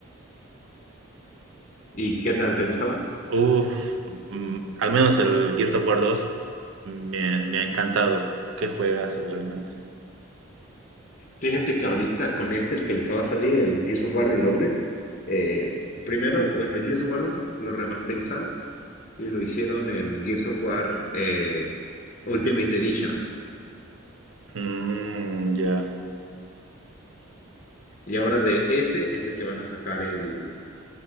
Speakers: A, on the left (about 35°); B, on the right (about 65°).
A: ¿Y qué tal? ¿Te gustaba?
B: Uf, mm, al menos el Gears of War 2 me, me ha encantado. Qué juegazo, realmente.
A: Fíjate que ahorita con este, el que les va a salir, el Gears of War Reloaded, eh, primero, bueno, el Gears of War 1 lo remasterizaron y lo hicieron el Gears of War eh, Ultimate Edition.
B: Mm, ya.
A: Y ahora de ese es el que van a sacar el,